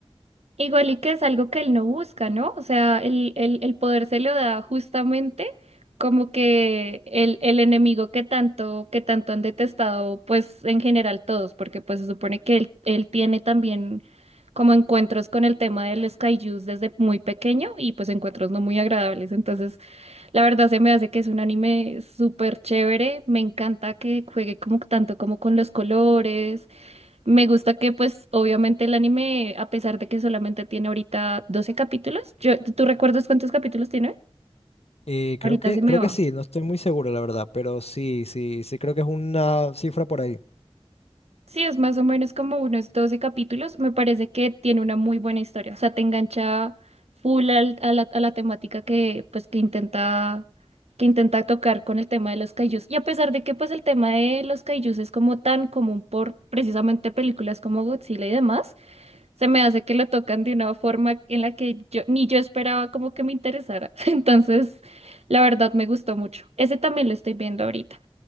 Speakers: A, on the right; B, on the left.
A: Igual y que es algo que él no busca, ¿no? O sea, el, el- el poder se lo da justamente como que el, el enemigo que tanto, que tanto han detestado, pues en general todos, porque pues se supone que él, él tiene también como encuentros con el tema de los kaijus desde muy pequeño y pues encuentros no muy agradables. Entonces, la verdad se me hace que es un anime súper chévere. Me encanta que juegue como tanto como con los colores me gusta que pues obviamente el anime, a pesar de que solamente tiene ahorita 12 capítulos, yo, ¿tú recuerdas cuántos capítulos tiene?
B: Eh,
A: Ahorita
B: creo que,
A: se me
B: creo
A: va.
B: que sí, no estoy muy seguro, la verdad, pero sí, sí, sí creo que es una cifra por ahí.
A: Sí, es más o menos como unos 12 capítulos. Me parece que tiene una muy buena historia. O sea, te engancha full al- a la, a la temática que pues que intenta que intenta tocar con el tema de los kaijus. Y a pesar de que pues el tema de los kaijus es como tan común por precisamente películas como Godzilla y demás, Se me hace que lo tocan de una forma en la que yo ni yo esperaba como que me interesara. <laughs> Entonces, la verdad me gustó mucho. Ese también lo estoy viendo ahorita.